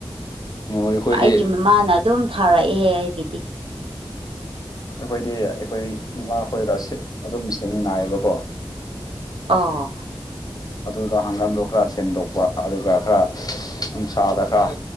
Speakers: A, on the left; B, on the right.
A: ꯑꯩꯈꯣꯏꯗꯤ
B: ꯑꯩꯒꯤ ꯃꯃꯥꯅ ꯑꯗꯨꯝ ꯊꯥꯔꯛꯑꯦ ꯑꯩꯒꯤꯗꯤ
A: ꯑꯩꯈꯣꯏꯗꯤ ꯑꯩꯈꯣꯏ ꯏꯃꯥ ꯈꯣꯏꯔ ꯑꯗꯨꯝ ꯁꯦꯝꯃꯤꯉꯥꯏꯏꯌꯦꯕꯀꯣ
B: ꯑꯣ
A: ꯑꯗꯨꯗ ꯍꯪꯒꯥꯝꯗꯣ ꯈꯔ ꯁꯦꯝꯗꯣꯛꯄ ꯑꯗꯨꯒ ꯈꯔ ꯅꯨꯡꯁꯥꯗ ꯈꯔ